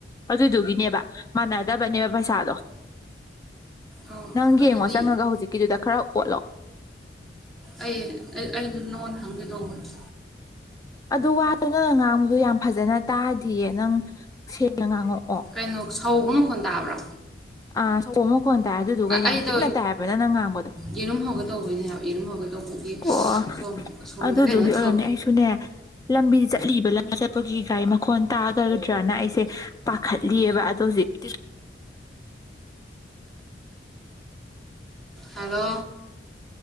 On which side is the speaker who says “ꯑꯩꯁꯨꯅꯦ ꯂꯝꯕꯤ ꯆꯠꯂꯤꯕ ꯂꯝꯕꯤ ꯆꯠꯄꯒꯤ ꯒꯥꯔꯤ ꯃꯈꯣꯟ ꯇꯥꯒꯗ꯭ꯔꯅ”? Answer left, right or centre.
Left